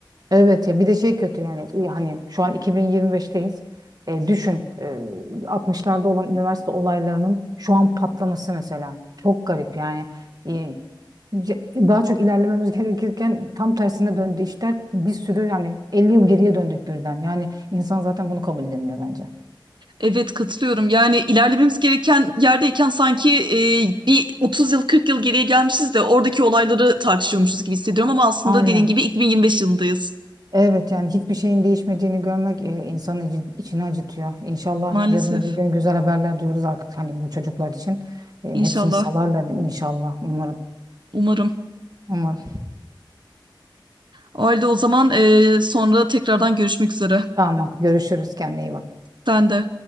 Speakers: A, on the right; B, on the right.
A: Evet ya bir de şey kötü yani e, hani şu an 2025'teyiz. E, düşün e, 60'larda olan üniversite olaylarının şu an patlaması mesela. Çok garip yani. E, ce- daha çok ilerlememiz gerekirken tam tersine döndü işler. Bir sürü yani 50 yıl geriye döndük birden. Yani insan zaten bunu kabul edemiyor bence.
B: Evet katılıyorum. Yani ilerlememiz gereken yerdeyken sanki e, bir 30 yıl 40 yıl geriye gelmişiz de oradaki olayları tartışıyormuşuz gibi hissediyorum ama aslında
A: Aynen.
B: dediğin gibi 2025 yılındayız.
A: Evet yani hiçbir şeyin değişmediğini görmek e, insanın içi- içini acıtıyor. İnşallah
B: Maalesef.
A: yarın öbür gün güzel haberler duyuyoruz artık hani bu çocuklar için. E,
B: İnşallah.
A: hepsini salarlar inşallah umarım.
B: Umarım.
A: Umarım.
B: O halde o zaman eee, sonra tekrardan görüşmek üzere.
A: Tamam görüşürüz kendine iyi bak.
B: Sen de.